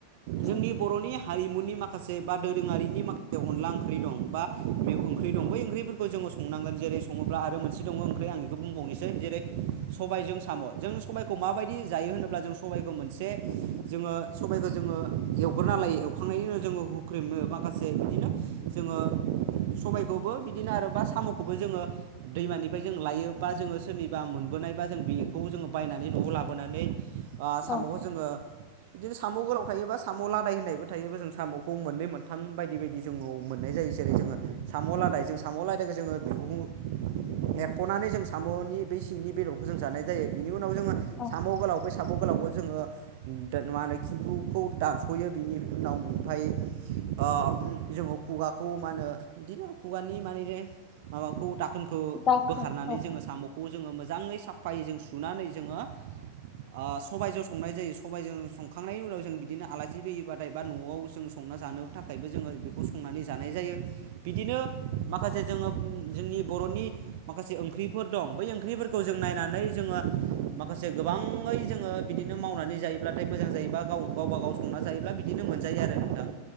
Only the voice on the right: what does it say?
जोंनि
बर'नि हारिमुनि माखासे बा दोरोङारिनि माखासे अनला ओंख्रि दं बा बै ओंख्रि दं बै ओंख्रिफोरखौ जोङो संनांगोन जेरै सङोब्ला आरो मोनसे दङ ओंख्रै आं बेखौ बुंबावनोसै जेरै सबायजों साम' जों सबायखौ माबायदि जायो होनोब्ला जों सबायखौ मोनसे जोङो सबायखौ जोङो एवग्रोना लायो एवखांनायनि उनाव जोङो हुख्रेमो माखासे बिदिनो जोङो सबायखौबो बिदिनो आरो बा साम'खौबो जोङो दैमानिफ्राय जों लायो बा जोङो सोरनिबा मोनबोनाय बा जों बेखौ जोङो बायनानै नानै न'आव लाबोनानै आ साम'खौ
जोङो बिदिनो साम गोलाव थायोबा साम लादाय होननायबो थायोबा जों सामखौ मोननै मोनथाम बायदि बायदि जोङाव मोननाय ज जायो जेरै जोङो साम लादाय जों साम ला लोगो जोङो <unintelligible> एरखनानै जों सामनि बै सिंनि बेदरखौ जों जानाय जायो बेनि उन खौ जोङो
साम गोलाव बै साम गोलावखौ जोङो दान मा होनो खिबुखौ दानसयो बिनि उनाव ओमफाय अ जोङो खुगाखौ मा होनो बिदिनो खुगानि माने माबाखौ दाखोनखौ
बोखारनानै
जोङो सामखौ जोङो मोजाङै साफायै जों सुनानै जोङो ओ सबाइजों संनाय जायो सबाइजों संखांनायनि उनाव जों बिदिनो आलासि फैयोबाथाय बा नआव जों सं संना जानो थाखायबो जोङो बेखौ संनानै जानाय जायो बिदिनो माखासे जोङो जोंनि बरनि माखासे ओंख्रिफोर दं बै ओंख्रिफोरखौ जों नायनानै जोङो माखा जे गोबाङै जोङो बिदिनो मावनानै जायोब्लाथाय मोजां जायोबा गाव गावबा गाव संना जायोब्ला बिदिनो मोनजायो। आरो नोंथां